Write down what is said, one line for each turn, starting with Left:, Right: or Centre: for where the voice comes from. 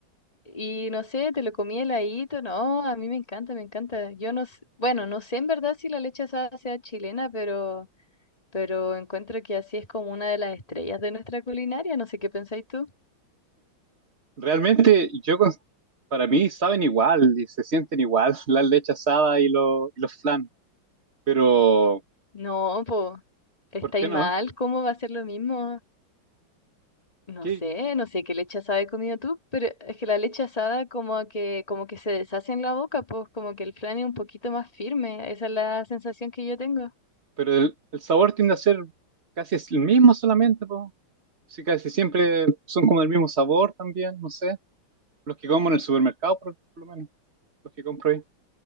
Left: Y no sé, te lo comí heladito, no, a mí me encanta, me encanta. Yo no sé, bueno, no sé en verdad si la leche asada sea chilena, pero, pero encuentro que así es como una de las estrellas de nuestra culinaria, no sé qué pensáis tú.
Right: Realmente yo, con- para mí, saben igual y se sienten igual <laughs> la leche asada y, lo- y los flan, pero
Left: No, pues, estáis
Right: ¿por qué
Left: mal,
Right: no?
Left: ¿cómo va a ser lo mismo? No
Right: ¿Qué-
Left: sé,
Right: qué-
Left: no sé qué leche asada he comido tú, pero es que la leche asada como que, como que se deshace en la boca, pues como que el flan es un poquito más firme, esa es la sensación que yo tengo.
Right: Pero el, el sabor tiende a ser casi el mismo solamente, po. Sí, casi siempre son como del mismo sabor también, no sé. Los que como en el supermercado, por, por lo menos, los que compro ahí. <laughs>